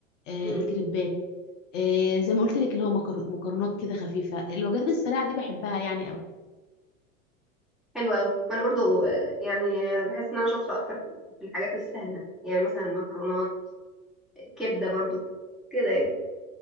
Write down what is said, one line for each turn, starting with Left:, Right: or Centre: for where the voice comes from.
Left: آه،
Centre: مم.
Left: الكريبات إيه زي ما قلت لك اللي هو مكر- مكرونات كده خفيفة الوجبات السريعة دي بحبها يعني قوي
Centre: حلوة اوي وانا برضو آه، يعني بحس ان انا شاطرة اكتر في الحاجات السهلة يعني مثلا مكرونات كبدة برضو كده يعني